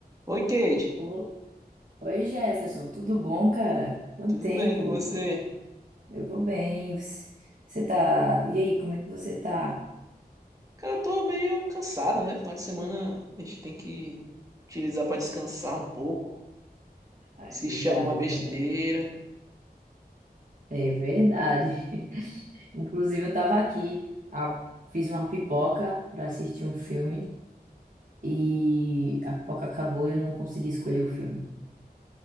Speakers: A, on the right (about 20°); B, on the right (about 50°).
A: Oi, Kate.
B: O- Oi, Jefferson, tudo bom, cara? Quanto
A: Tudo
B: tempo?
A: bem com você?
B: Co- Eu vou bem. Você você tá. E aí, como é que você tá?
A: Cara, eu tô meio cansado, né? Final de semana a gente tem que utilizar pra descansar um pouco,
B: Ah, É
A: assistir
B: verdade,
A: alguma
B: é
A: besteira.
B: verdade. É verdade. <laughs> Inclusive, eu tava aqui, a- fiz uma pipoca pra assistir um filme e a pipoca acabou e eu não consegui escolher o filme.